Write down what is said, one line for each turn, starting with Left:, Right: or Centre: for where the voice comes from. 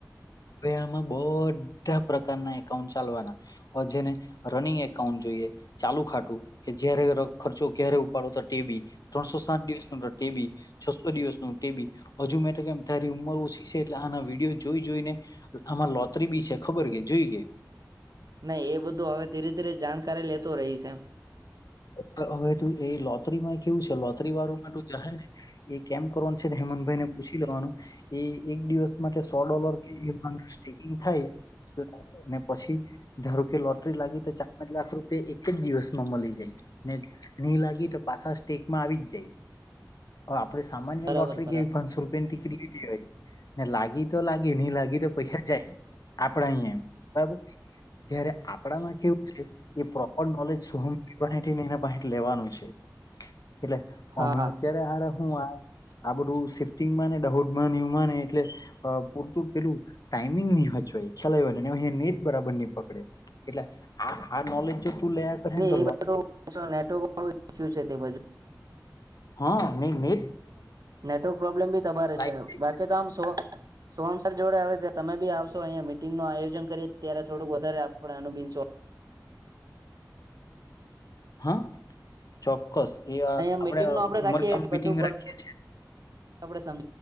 Left: હવે આમાં બધા પ્રકારના એકાઉન્ટ ચાલવાના, જેને રનિંગ એકાઉન્ટ જોઈએ ચાલુ ખાટું કે જારે ખર્ચો ક્યારે ઉપાડો તખ ટેબી, ત્રણસો સાત દિવસ ન ટેબી, છસો દિવસ ન ટેબી હજુ મેં તો કેમ તારી ઉંમર ઓછી છે એટલે આના વિડીયો જોઈ જોઈને આમાં લોતરી ભી છે ખબર કે જોઈ કે
Right: નહી એ બધું હવે ધીરે ધીરે જાણકારી લેતો રહીશ એમ
Left: હવે તું એ લોતરીમાં કેવું છે, લોતરીવાળુંમાં તું જહે ને એ કેમ કરવાનું છે, હેમંતભાઈ ને પૂછી લેવાનું એ એક દિવસ માટે સો ડોલર સ્ટેકિંગ થાય પછી ધારો કે લોટરી લાગી તો ચાર પાંચ લાખ રૂપે એક એક જ દિવસમાં મળી જાય ને, નહી લાગી તો પાછા સ્ટેકમાં આવી જ જાય. હ આપડે સામાન્ય
Right: બરાબર
Left: લોટરી
Right: બરાબર
Left: કેવી પાંચસો રૂપિયા ની ટિકિટ લીધી હોય ને લાગી તો લાગી નહી લાગી તો પૈસા જાય આપડે અહયા એ બરાબર જયારે આપડામાં કેવું છે એ નોલેજ <inaudible> લેવાનું છે એટલે
Right: હા
Left: અમે
Right: હા
Left: અત્યારે હારે હું આ બધું સિફ્ટિંગમાં ને દહોદમાં નમાં ને એટલે પૂરતું પેલું ટાઈમિંગ નહ હોય <unintelligible> અહીંયા નેટ બરાબર પકડે આ આ નોલેજ તું લયા કરે
Right: ને
Left: તો
Right: એ બાધ નેટવર્ક વાળો ઇસ્યુ છે તે બાજુ.
Left: હા નહીં મે
Right: નેટવર્ક પ્રોબ્લેમ ભી તમારે
Left: લાઈટ
Right: છે બાકી તો આમ શો સોહમસર જોડે હવે તમે ભી આવશો અંયા મીટિંગનું આયોજન કરીએ ત્યારે થોડુક વધારે આપણે અનુ બીન શો
Left: હા ચોક્કસ એ આપડે
Right: અહીંયા મિટિંગનું આપડે
Left: ઉમરગામ
Right: રાખીએ
Left: મીટિંગ
Right: બધું પર
Left: રાખીએ છિએ.
Right: આપડે સમ